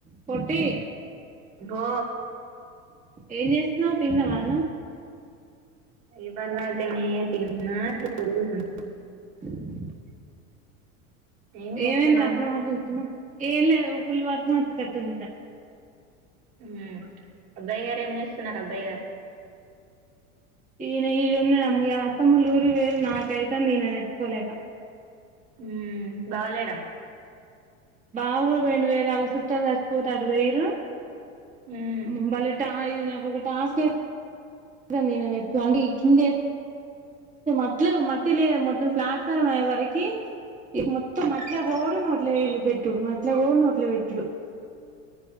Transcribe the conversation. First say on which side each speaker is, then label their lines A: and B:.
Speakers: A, on the right; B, on the right.
A: పొట్టి
B: బో
A: ఏం చేస్తున్నావ్ తిన్నావా అన్నం
B: ఇవర్ దాకానే తిన్న ఇట్ల కూసున్
A: <unintelligible>
B: ఏం చేస్తున్నావ్
A: ఏమైంది రా అట్లా మాట్లాడుతున్నవ్ ఏం లేదు ఫుల్ వర్షం వచ్చేటట్టుంది ఇడా
B: హ్మ్ అబ్బాయిగారు ఏం చేస్తున్నారు అబ్బాయిగారు
A: ఈయన ఈడ ఉన్నాడు అమ్మ ఈయాల అత్తమ్మఒళ్ళు ఊరికిపోయిడ్రు నాకైతంది ఈయనను ఎత్తుకోలేక
B: ఉమ్ బావా లేడా
A: బావా కూడా పోయిండు వేరే వాళ్ళ చుట్టాలు చచ్చిపోతే అటు పోయిరు
B: మ్మ్
A: ఉమ్ఉ బల్లి టా ఇది నాకు ఒక టాస్క్ కి దింది ఈయనని <unintelligible> నంది కింది మట్టిలో మట్టి లే మొత్తం ప్లాట్ఫారం అయ్యే వరకి ఈ మొత్తం మట్టిలకి పోవుడు నోట్ల వేళ్ళు పెట్టుడు మట్లేకు పోవుడు నోట్ల వేళ్ళు పెట్టుడు